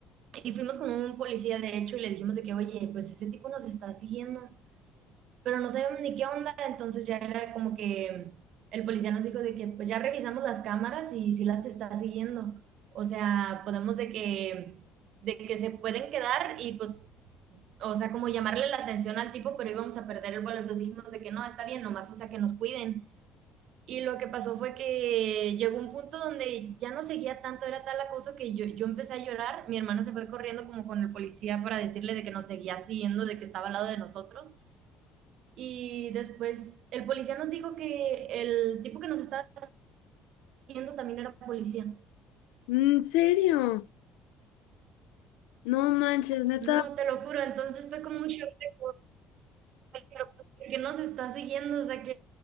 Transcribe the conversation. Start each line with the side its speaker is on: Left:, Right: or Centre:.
Right: Y fuimos con un policía, de hecho, y le dijimos de que, oye, pues ese tipo nos está siguiendo pero no sabíamos ni qué onda, entonces ya era como que el policía nos dijo de que pues ya revisamos las cámaras y si las está siguiendo. O sea, podemos de que, de que se pueden quedar y pues, o sea, como llamarle la atención al tipo, pero íbamos a perder el vuelo. Entonces dijimos de que no, está bien, nomás, o sea, que nos cuiden. Y lo que pasó fue que llegó un punto donde ya no seguía tanto, era tal acoso que yo, yo empecé a llorar, mi hermana se fue corriendo como con el policía para decirle de que nos seguía siguiendo, de que estaba al lado de nosotros. Y después el policía nos dijo que el tipo que nos estaba siguiendo también era policía.
Left: ¿En serio? No manches, neta.
Right: No, te lo juro, entonces fue como un shock de pero pues, nos está siguiendo? O sea, que